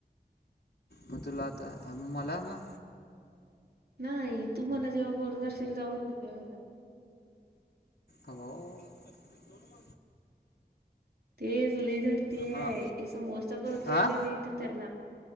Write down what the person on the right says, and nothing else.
नाही. तु मला जेव्हा कॉल करशील तेव्हा तुझ्या हेला.
ते जुली झडती हाय.
समोरचा करतोय
का नाहीे ते त्याला